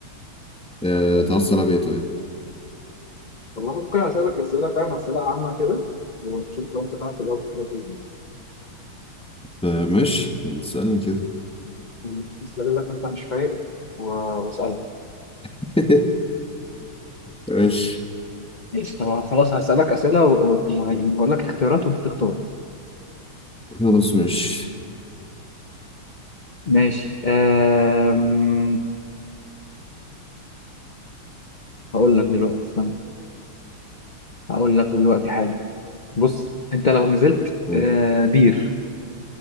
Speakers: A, in the centre; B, on the left (about 30°).
A: آه، تعال السلام ايه طيب؟
B: والله ممكن أسألك أسئلة فاهم أسئلة عامة كده ونشوف لو أنت تعرف تجاوب حاجة في
A: آه، ماشي اسألني كده
B: ال- أستغلك أنت مش فايق و- وأسألك
A: <laughs> ماشي
B: ماشي طب خلاص هسألك اسئله وهقول لك اختيارات وانت تختار
A: خلاص ماشي
B: ماشي أم... هقول لك دلوقتي استنى هقول لك دلوقتي حاجه بص انت لو نزلت
A: طيب،
B: آه، بير